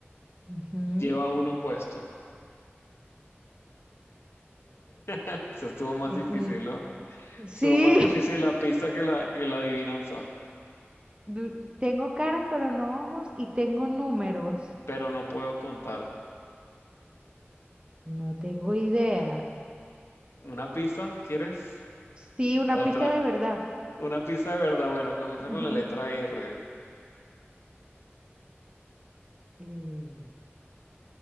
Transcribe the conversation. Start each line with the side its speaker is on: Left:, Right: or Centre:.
Right: Ujú.
Left: lleva uno puesto. <laughs> Eso estuvo más
Right: Eh,
Left: difícil,
Right: mm,
Left: ¿no?
Right: Sí,
Left: Estuvo más difícil la pista que la, que la adivinanza,
Right: <laughs> du- tengo caras pero no ojos y tengo números.
Left: pero no puedo contar.
Right: No tengo idea.
Left: ¿Una pista? ¿Quieres?
Right: Sí, una
Left: Otra.
Right: pista de verdad.
Left: Una pista de verdad. Bueno, comienza
Right: <laughs>
Left: con la letra R.
Right: Eh,